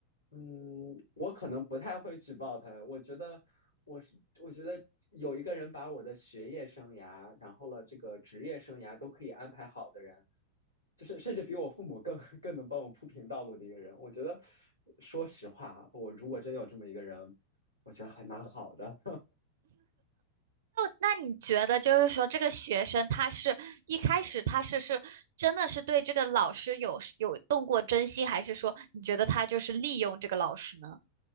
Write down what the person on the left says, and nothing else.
嗯，我可能不太会举报他。我觉得，我是我觉得有一个人把我的学业生涯，然后了这个职业生涯都可以安排好的人，就是甚至比我父母更 <laughs> 更能帮我铺平道路的一个人。我觉得，说实话啊，我如果真有这么一个人，我觉得还蛮好的。